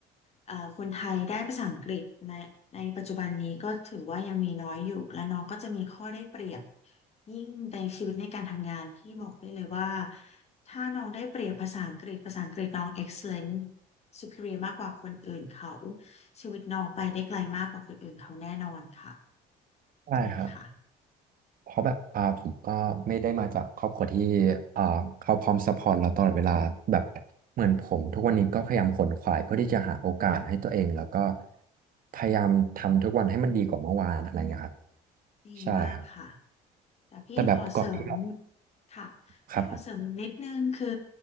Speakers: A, on the left; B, on the right.
A: เอ่อคนไทยได้ภาษาอังกฤษในในปัจจุบันนี้ก็ถือว่ายังมีน้อยอยู่และน้องก็จะมีข้อได้เปรียบยิ่งในชีวิตในการทำงานพี่บอกได้เลยว่าถ้าน้องได้เปรียบภาษาอังกฤษภาษาอังกฤษน้อง excellent superior มากกว่าคนอื่นเขาชีวิตน้องไปได้ไกลมากกว่าคนอื่นเขาแน่นอนค่ะ
B: ใช่ครับ
A: ดีค่ะ
B: เพราะแบบอ่าผมก็ไม่ได้มาจากครอบครัวที่อ่าเขาพร้อมซัพพอร์ตเราตลอดเวลาแบบเหมือนผมทุกวันนี้ก็พยายามขวนขวายเพื่อที่จะหาโอกาสให้ตัวเองแล้วก็พยายามทำทุกวันให้มันดีกว่าเมื่อวานอะไรอย่างเงี้ยครับ
A: ดีมากค่ะ
B: ใช่ครับ
A: แต่พี่ขอเสริม
B: แต่แบบก่อนที่เรา
A: ค่ะพี่ขอเสริมนิดนึงคือ
B: ครับผม